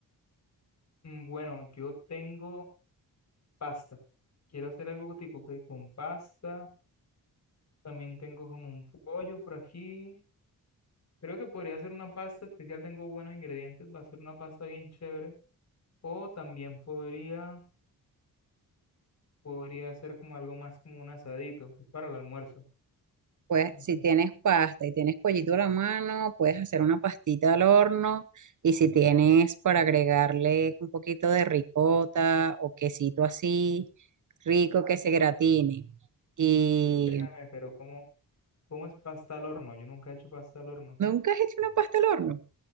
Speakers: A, on the left; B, on the right.
A: Mm, Bueno, yo tengo pasta. Quiero hacer algo tipo que con pasta. También tengo como un pollo por aquí. Creo que podría hacer una pasta especial. Tengo buenos ingredientes. Va a ser una pasta bien chévere. O también podría... podría ser como algo más como un asadito, es para el almuerzo.
B: Pues
A: Entonces,
B: si tienes
A: no,
B: pasta y tienes pollito a la mano, puedes hacer una pastita al horno. Y si tienes para agregarle un poquito de ricota o quesito así, rico que se gratine. Y
A: espérame, pero ¿cómo, cómo es pasta al horno? Yo nunca he hecho pasta al horno.
B: ¿Nunca has hecho una pasta al horno?